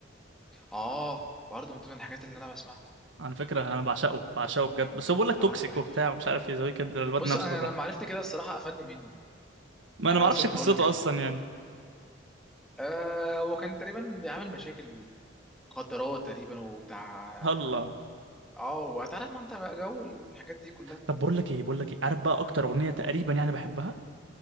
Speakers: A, in the centre; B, on the right.
A: آه، برضه من ضمن الحاجات اللي انا بسمعها
B: على فكره انا بعشقه بعشقه بجد بس هو بيقول لك توكسيك
A: اه بحب
B: وبتاع ومش عارف ايه ذا ويكند الواد
A: بص
B: نفسه
A: انا
B: ده
A: لما عرفت كده الصراحه قفلني منه
B: ما
A: يعني
B: انا ما اعرفش
A: مثلا
B: قصته
A: هقول لك انا
B: اصلا يعني
A: آه هو كان تقريبا بيعمل مشاكل مخدرات تقريبا وبتاع
B: الله
A: اه وهتعرف ما انت بقى جو الحاجات دي كلها
B: طب بقول لك ايه بقول لك ايه عارف بقى اكتر اغنيه تقريبا يعني بحبها